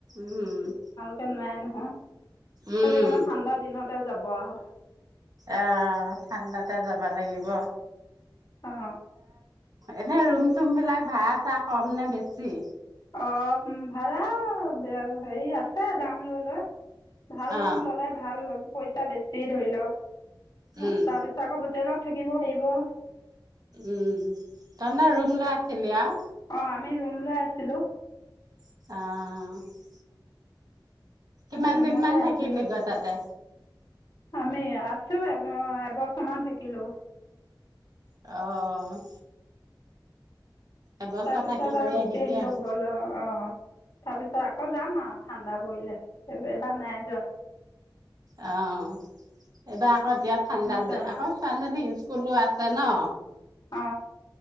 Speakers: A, on the right; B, on the left.
A: উম,
B: ফেন নাই নহয়,
A: উম,
B: সেইটো কাৰণে ঠাণ্ডা দিনতে যাব আৰু
A: অ', ঠাণ্ডাতে যাব লাগিব।
B: অ',
A: এনেই ৰুম চুমবিলাক ভাড়া চা কম নে বেছি?
B: অ' ভাড়া হেৰি আছে দাম লৈ লৈ ভাল
A: অ
B: ৰুম ললে ভাল পইচা বেছি ধৰি ল তাৰপিছত
A: উম
B: আকৌ হোটেলত থাকিব <unintelligible>
A: উম, <unintelligible> ৰুম লৈ আছিলি আৰু
B: অ' আমি ৰুম লৈ আছিলোঁ।
A: <unintelligible> কিমান
B: ৰুমতে
A: দিন মান থাকিলি
B: আছিলোঁ
A: গ তাতে?
B: আমি আছোঁ এবছৰমান থাকিলোঁ।
A: অ', এবছৰ
B: তাৰ পিছত
A: থাকি কৰি
B: আৰু গুচি
A: আহিলি
B: আহিলো
A: আৰু
B: ঘৰলৈ অ তাৰ পিছত আকৌ যাম আৰু ঠাণ্ডা পৰিলে এবাৰ নাই যোৱা।
A: অ' এইবাৰ আকৌ এতিয়া ঠাণ্ডাত
B: দিনত যাম
A: আকৌ ছোৱালীজনী স্কুলো আছে ন?
B: অ'